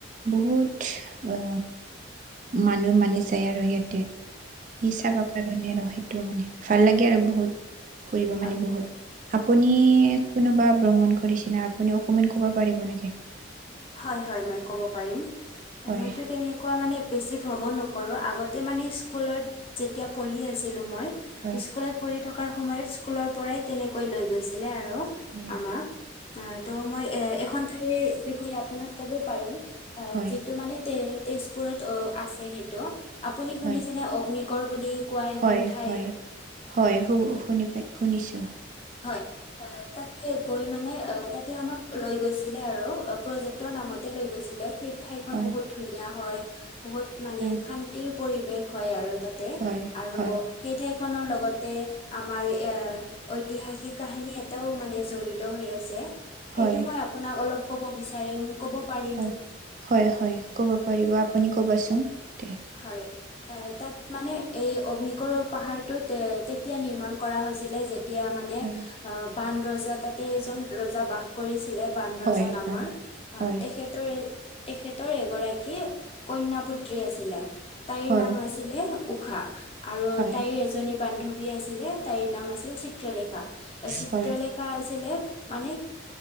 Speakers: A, on the right; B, on the left.
A: বহুত অ মানুহ মানে যায় আৰু সেইটোৱে ই চাব কাৰণে আৰু সেইটো মানে। ভাল লাগে আৰু বহুত, ফুৰিব
B: হয়
A: মানে বহুত। আপুনি কোনোবা ভ্ৰমণ কৰিছে ন আপুনি অকমান কব পাৰিব নেকি?
B: হয়, হয় মই ক'ব পাৰিম,
A: হয়
B: মইতো তেনেকুৱা মানে বেছি ভ্ৰমণ নকৰোঁ, আগত- মানে স্কুলত যেতিয়া পঢ়ি আছিলো মই,
A: হয়
B: স্কুলত- পঢ়ি থকাৰ সময়ত স্কুলৰ পৰাই তেনেকৈ লৈ গৈছিলে আৰু
A: হয়
B: আমাক। অ ত' মই এ এখন ঠাইৰ বিষয়ে আপোনাক ক'ব পাৰিম
A: হয়
B: যিটো মানে তে তেজপুৰত অ আছে সেইটো, আপুনি
A: হয়
B: শুনিছেনে অগ্নিগড় বুলি। কোৱা এখন
A: হয়,
B: ঠাই
A: হয়, হয় শু শুনি পাই শুনিছো।
B: হয়। হয় তাতে গৈ মানে অহ তাতে আমাক লৈ গৈছিলে আৰু প্ৰজেক্টৰ নামতে লৈ গৈছিলে! সেই ঠাইখন
A: হয়,
B: বহুত ধুনীয়া হয় বহুত মানে
A: হয়,
B: শান্তিৰ পৰিৱেশ হয় আৰু তাত। তে
A: হয়,
B: আৰু
A: হয়,
B: সেই ঠাইখনৰ লগতে আমাৰ এ ঐ ঐতিহাসিক কাহিনী এটাও মানে জড়িত হৈ আছে
A: হয়,
B: এইটো মই আ আপোনাক অলপ ক'ব বিচাৰিম। ক'ব পাৰি
A: হয় হয় হয় ক'ব পাৰিব আপুনি ক'বাচোন? দে।
B: হয়। হয় তাত মানে এই অগ্নিগড় পাহাৰটোত তেতিয়া নিৰ্মাণ কৰা হৈছিলে যেতি তেতিয়া মানে
A: হয়,
B: অহ বানৰজা তাতে এজন ৰজা বাস কৰিছিলে। বানৰজা
A: হয়,
B: নামৰ
A: হয়।
B: অহ
A: হয়,
B: তেখেতৰ তেখেতৰ এগৰাকী কন্যা পুএ পুত্ৰী আছিলে তাইৰ
A: হয়,
B: নাম আছিলে উষা আৰু
A: হয়,
B: তাইৰ এজনী বান্ধৱী বান্ধৱী আছিলে তাইৰ নাম আছিল চিত্ৰলেখা চিত্ৰলেখা
A: হয়,
B: তাৰ আছিলে মানে